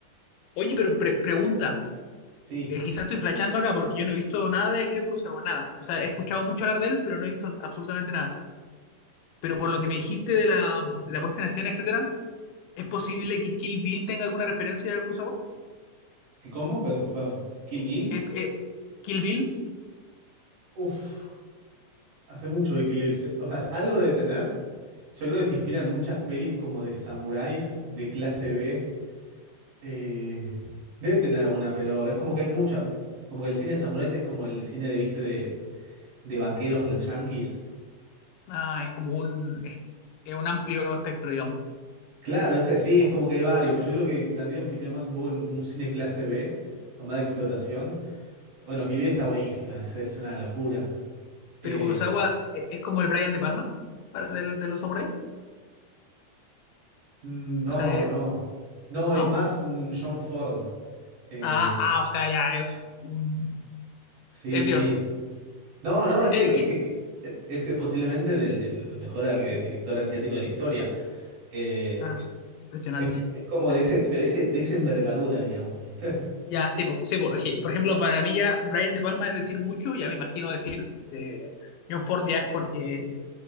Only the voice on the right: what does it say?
Sí,
¿qué cómo? Pero discúlpame. ¿Kill Bill?
Uf, hace mucho de Kill Bill. Se- O sea, algo de tener. Yo creo que se inspira en muchas pelis como de samuráis de clase B Eh, debe tener alguna, pero es como que hay mucha. Como que el cine de samuráis es como el cine de, viste, de, de vaqueros de los yankees.
Claro, ese sí, es como que hay varios, pero yo creo que Tarantino se inspira más un poco en como un cine clase B, con más explotación. Bueno, Kill Bill está buenísima, es, es una locura.
Eh,
mm, no,
no. No,
es más un John Ford. Eh,
sí,
sí.
No, no, es
que,
es que, que- es que posiblemente del, el mejor eh, director asiático de la historia. Eh,
Es, es como
de ese, de ese, de esa envergadura, digamos, ¿viste?